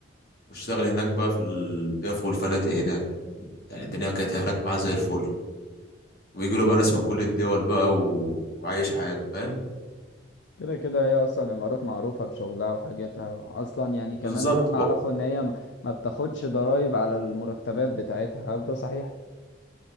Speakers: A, on the left; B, on the left.
A: واشتغل هناك بقى في الضيافة والفنادق هناك يعني الدنيا كانت هناك معاه زي الفل ويجي له بقى ناس من كل الدول بقى و... وعايش حياته فاهم
B: كده كده هي اصلا الامارات معروفه بشغلها وحاجتها اصلا يعني كمان
A: بالظبط
B: اللي انا
A: و...
B: اعرفه ان هي م- ما بتاخدش ضرائب على المرتبات بتاعتها هل ده صحيح